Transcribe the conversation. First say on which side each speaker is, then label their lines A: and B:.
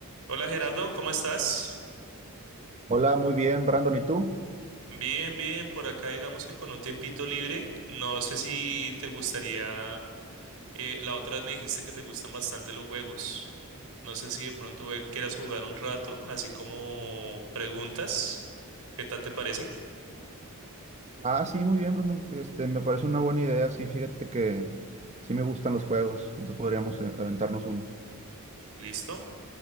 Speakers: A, on the right; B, on the right.
A: Hola Gerardo, ¿cómo estás?
B: Hola, muy bien, Brandon, ¿y tú?
A: Bien, bien, por acá digamos que con un tiempito libre. No sé si te gustaría, eh, la otra vez me dijiste que te gustan bastante los juegos. No sé si de pronto ve- quieras jugar un rato, así como preguntas. ¿Qué tal te parece?
B: Ah, sí, muy bien, Brandon. Este, me parece una buena idea. Sí, fíjate que sí me gustan los juegos, entonces podríamos eh, aventarnos unos.
A: Listo.